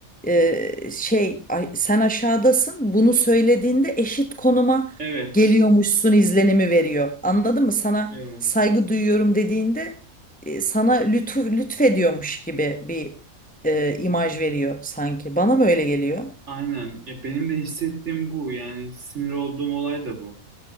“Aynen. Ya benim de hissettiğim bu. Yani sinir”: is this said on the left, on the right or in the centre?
Right